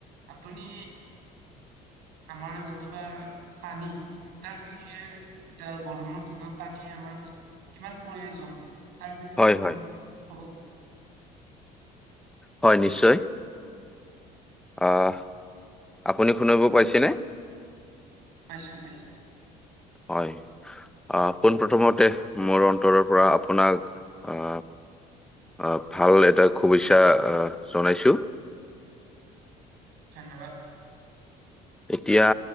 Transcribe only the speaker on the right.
আপুনি আমাৰ যোনটোপা পানী তাৰ বিষয়ে, এতিয়া গৰমৰ দিনত পানী আমাৰ কিমান প্ৰয়োজন তাৰ বিষয়ে
অকণমান
ক'ব?
পাইছোঁ পাইছোঁ।
ধন্যবাদ।